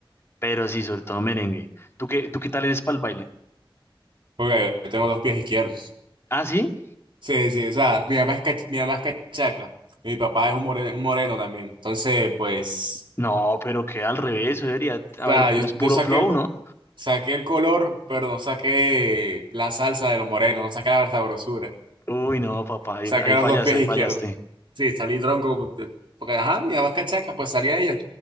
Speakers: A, on the left; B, on the right.
A: Pero sí, sobre todo merengue. ¿Tú qué, tú qué tal eres para el baile?
B: porque yo tengo dos pies izquierdos,
A: ¿Ah, sí?
B: sí, sí, o sea, mi mamá es, cach- mi mamá es cachaca, y mi papá es un moreno, un moreno también, entonces, pues,
A: No, pero que al revés, eso debería.
B: o
A: A
B: sea,
A: ver,
B: yo,
A: es
B: yo
A: puro
B: saqué
A: flow,
B: el,
A: ¿no?
B: saqué el color, pero no saqué la salsa de los morenos, no saqué la sabrosura,
A: Uy, no, papá, ahí,
B: saqué
A: ahí
B: los
A: fallaste,
B: dos pies
A: ahí
B: izquierdos,
A: fallaste.
B: sí, salí tronco, porque, porque, ajá, mi mamá es cachaca, pues salí a ella,